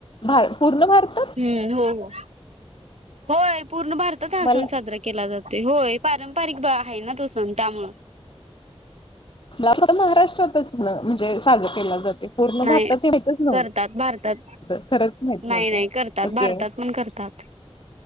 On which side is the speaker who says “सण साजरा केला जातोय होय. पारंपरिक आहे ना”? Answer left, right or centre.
Right